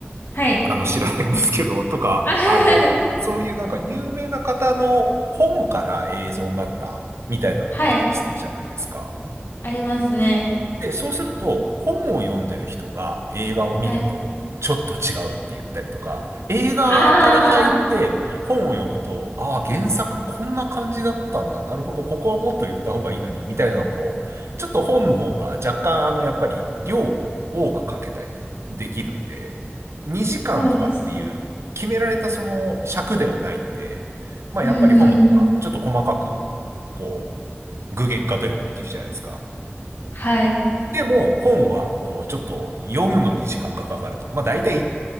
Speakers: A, on the left; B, on the right.
A: はい。
B: あの、知らないんですけど、とか、
A: あははは
B: あの、そういうなんか有名な方の本から映像になったみたいなのもあったりするじゃないですか。
A: はい。ありますね。
B: で、そうすると、本を読んでる人が映画を見ると、
A: はい。
B: ちょっと違うって言ったりとか、映画から入って本を読むと、
A: あ
B: ああ、原作こんな感じだったんだ。なるほど、ここはもっと言った方がいいのに、みたいなのをこう、ちょっと本の方が若干あの、やっぱり量を多くかけたりできるんで、2時間とかっていう決められたその尺ではないので、
A: そうです。
B: まあやっぱり本の方がちょっと細かく、
A: うんうんうん。
B: こう、具現化というかできるじゃないですか。
A: はい。
B: でも、本は、こう、ちょっと読むのに時間がかかると。まあ、大体い、